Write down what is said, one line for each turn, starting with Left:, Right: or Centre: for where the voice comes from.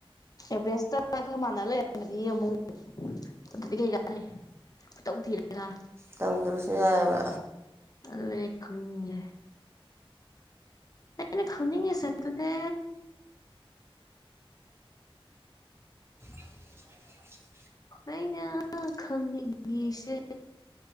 Left: ꯑꯦꯚꯔꯦꯁꯇ ꯑꯈꯣꯌꯒ ꯃꯥꯟꯅ ꯂꯩꯔꯃꯗꯤ ꯑꯃꯨꯛ ꯑꯗꯨꯗꯤ ꯀꯩꯀꯥꯅꯩ ꯈꯨꯇꯧ ꯊꯣꯔꯦꯅ
Right: ꯇꯧꯗ꯭ꯔꯁꯨ ꯌꯥꯏꯌꯦꯕ
Left: ꯑꯗꯨꯅꯦ ꯑꯩ ꯈꯪꯅꯤꯡꯉꯤꯁꯦ ꯑꯩꯅ ꯈꯪꯅꯤꯡꯉꯤꯁꯦ ꯑꯗꯨꯅꯦ꯫
Right: <inaudible>
Left: ꯑꯩꯅ ꯈꯪꯅꯤꯡꯉꯤꯁꯦ